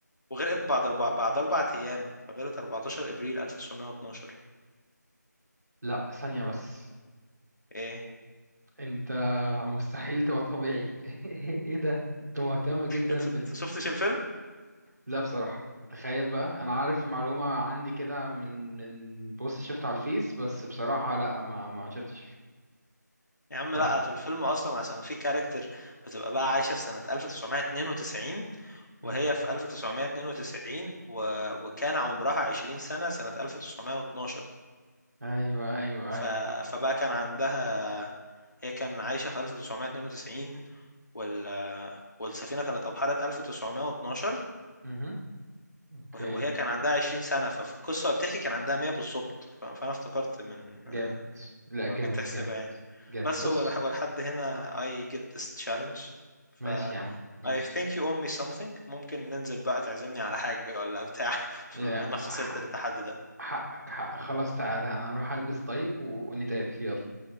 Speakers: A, on the left (about 70°); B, on the right (about 65°).
A: وغرقت بعد اربع بعد اربع ايام فغرقت 14 ابريل 1912
B: لا ثانية بس
A: ايه
B: انت مستحيل تبقى طبيعي <laughs> ايه ده انت مهتم جدا
A: انت أنت شفتش الفيلم
B: لا بصراحة تخيل بقى أنا عارف المعلومة عندي كده من من بوست شفته على الفيس بس بصراحة لا ما ما شفتش
A: يا عم
B: بصراحة
A: لا في الفيلم اصلا عشان في كاركتر بتبقى بقى عايشه في سنه 1992
B: مم.
A: وهي في 1992 و... وكان عمرها 20 سنه سنه 1912
B: أيوه أيوه
A: ف...
B: أيوه
A: فبقى كان عندها هي كان عايشه في 1992 وال... والسفينه كانت ابحرت 1912
B: مهم. أوكي
A: وه- وهي كان عندها 20 سنه ففي القصه بتحكي كان عندها 100 بالظبط ف... فانا افتكرت من
B: جامد لا جامد
A: لو جيت تحسبها
B: جامد
A: يعني.
B: جامد
A: بس
B: بص
A: هو لح- ولحد هنا I get this challenge ف
B: ماشي يا عم ماشي
A: I think you owe me something ممكن ننزل بقى تعزمني على حاجة ولا بتاع <laughs>
B: يا
A: بما انك
B: حق
A: خسرت التحدي ده
B: حقك حقك خلاص تعالى أنا هروح ألبس طيب و- ونتقابل يلا